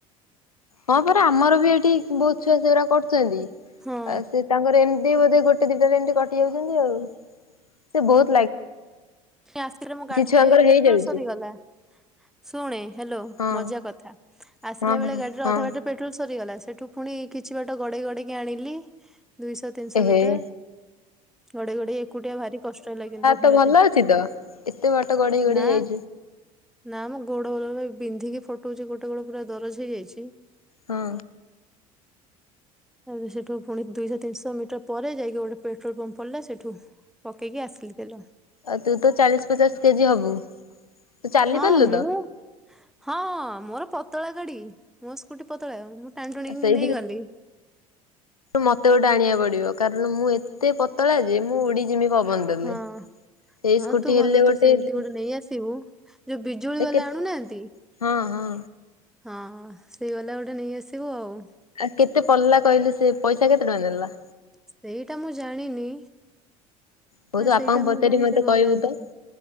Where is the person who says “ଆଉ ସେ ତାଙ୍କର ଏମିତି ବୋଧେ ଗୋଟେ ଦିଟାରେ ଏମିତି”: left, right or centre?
Left